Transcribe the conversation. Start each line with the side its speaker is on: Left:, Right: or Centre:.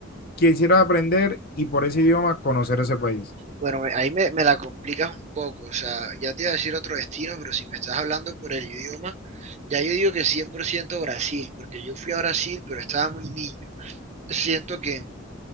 Left: quisieras aprender y por ese idioma conocer ese país.
Right: bueno, me- ahí me, me la complicas un poco, o sea, ya te iba a decir otro destino, pero si me estás hablando por el idioma, ya yo digo que 100% Brasil, porque yo fui a Brasil, pero estaba muy niño. Siento que